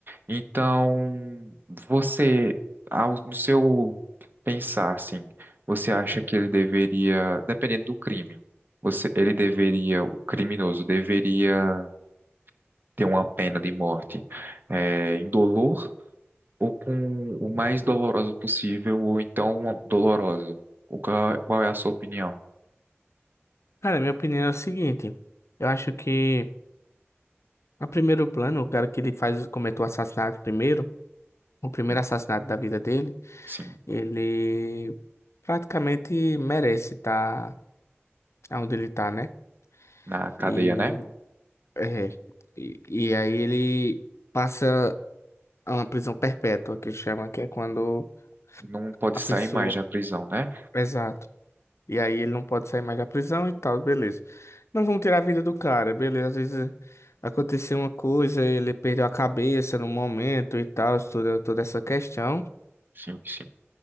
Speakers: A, on the right; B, on the left.
A: Então, você, ao, no seu pensar, assim, você acha que ele deveria, dependendo do crime, você, ele deveria, o criminoso deveria ter uma pena de morte, é, indolor? ou com o mais doloroso possível, ou então doloroso. O qual, qual é a sua opinião?
B: Cara, minha opinião é o seguinte. Eu acho que, a primeiro plano, o cara que ele faz, cometeu o assassinato primeiro, o primeiro
A: Hum,
B: assassinato da vida dele,
A: Sim,
B: ele praticamente merece estar onde ele tá, né?
A: na cadeia,
B: E,
A: né?
B: é, e, e aí ele passa a uma prisão perpétua, que chama, que é quando
A: Não pode
B: a
A: sair
B: pessoa...
A: mais da prisão, né?
B: Exato. E aí ele não pode sair mais da prisão e tal, beleza. Não vamos tirar a vida do cara, beleza. Às vezes aconteceu uma coisa, ele perdeu a cabeça no momento e tal, toda, toda essa questão.
A: Sim, sim.